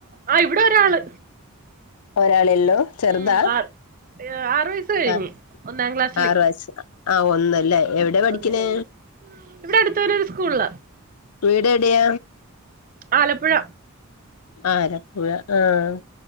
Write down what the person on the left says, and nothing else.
ഒരാളല്ലോ ചെറുതാ
ആഹ്
ആറ വ ആഹ് ഒന്നല്ലേ എവിടെ പഠിക്കണേ
വീടെഡയ
ആലപ്പുഴ ആഹ്